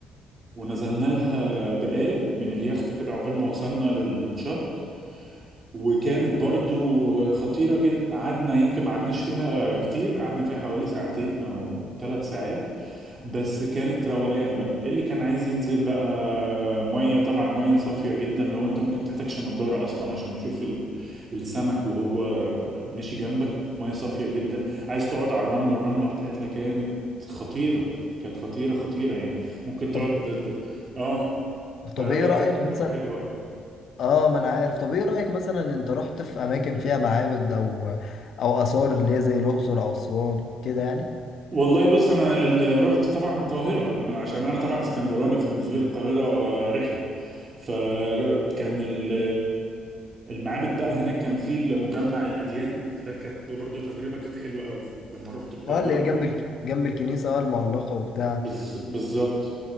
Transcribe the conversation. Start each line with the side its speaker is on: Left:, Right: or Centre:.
Right: ونزلنا لها بقارب من اليخت كده عقبال ما وصلنا للشط وكانت برضو خطيرة جدا قعدنا يمكن ما قعدناش فيها كتير قعدنا فيها حوالي ساعتين أو ثلاث ساعات بس كانت روقان بقى إيه اللي كان عايز ينزل بقى مية طبعا مية صافية جدا لو انت ممكن ما تحتاجش نضارة أصلا عشان تشوف ال- السمك وهو ماشي جنبك مية صافية جدا عايز تقعد على الرملة الرملة بتاعتها كانت خطيرة كانت خطيرة خطيرة يعني ممكن تقعد
Left: طب
Right: ت- اه فلا
Left: طب ايه رأيك
Right: كانت تجربة
Left: مثلا
Right: حلوة أوي
Left: اه ما انا عارف طب ايه رأيك مثلا انت رحت في اماكن فيها معابد او او اثار اللي هي زي الاقصر او اسوان كده يعني
Right: والله بص انا ال- رحت طبعا القاهره عشان انا طبعا اسكندراني فبالنسبه لي القاهره رحله فكان ال- المعابد بقى هناك كان في مجمع الاديان ده كانت برضو تجربه كانت حلوه قوي لما رحت القاهره
Left: اه اللي هي جنب الك... جنب الكنيسة اه المعلقة وبتاع
Right: بز- بالظبط